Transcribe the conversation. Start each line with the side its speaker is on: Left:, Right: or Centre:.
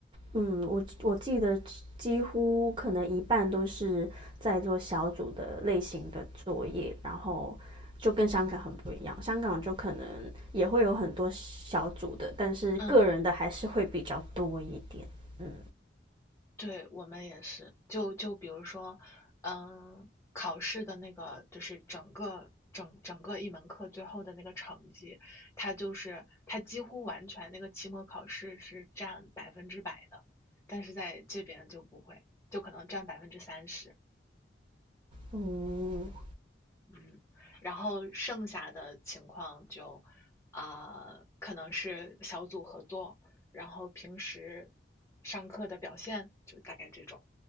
Right: 嗯，我我记得几乎可能一半都是在做小组的类型的作业，然后就跟香港很不一样。香港就可能也会有很多小组的，但是个人的还是会比较多一点。
Left: 嗯。
Right: 嗯
Left: 对，我们也是。就就比如说，嗯，考试的那个就是整个整整个一门课最后的那个成绩，它就是它几乎完全那个期末考试是占百分之百的，但是在这边就不会，就可能占百分之三十，
Right: 嗯，
Left: 嗯，然后剩下的情况就啊、可能是小组合作，然后平时上课的表现，就大概这种。